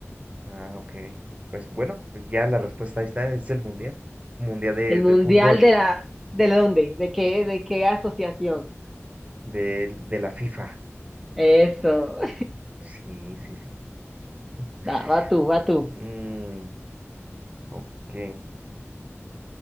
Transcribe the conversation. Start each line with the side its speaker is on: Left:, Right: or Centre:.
Right: Ah, ok. Pues bueno, pues ya la respuesta ahí está, es el Mundial. Mundial de,
Centre: El mundial
Right: de fútbol,
Centre: de la, ¿de la dónde? ¿De qué, de qué asociación?
Right: de, de la FIFA.
Centre: Eso. <laughs>
Right: Sí, sí, sí. <laughs>
Centre: Va, va tú, va tú.
Right: Mm, ok.